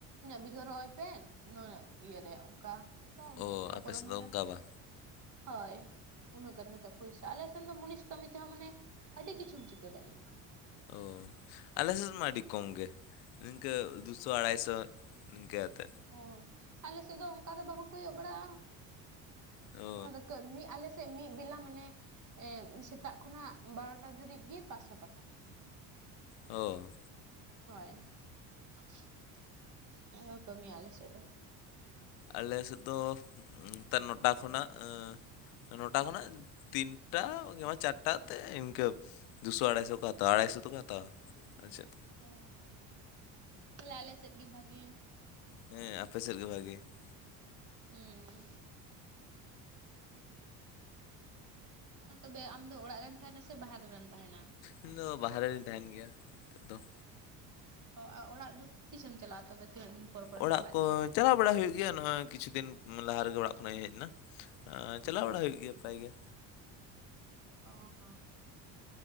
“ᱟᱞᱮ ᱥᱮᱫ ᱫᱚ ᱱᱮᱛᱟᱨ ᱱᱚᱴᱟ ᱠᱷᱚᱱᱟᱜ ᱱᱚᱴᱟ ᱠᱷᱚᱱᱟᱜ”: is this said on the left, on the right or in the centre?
Left